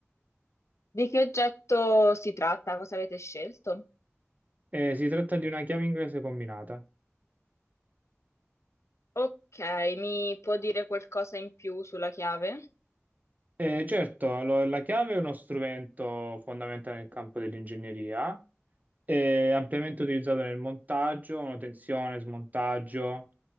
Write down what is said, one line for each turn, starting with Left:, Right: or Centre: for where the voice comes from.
Left: Di che oggetto si tratta? Cosa avete scelto?
Right: Eh, si tratta di una chiave inglese combinata.
Left: Ok, mi può dire qualcosa in più sulla chiave?
Right: Eh, certo, lo- la chiave è uno strumento fondamentale nel campo dell'ingegneria, è ampiamente utilizzato nel montaggio, manutenzione, smontaggio.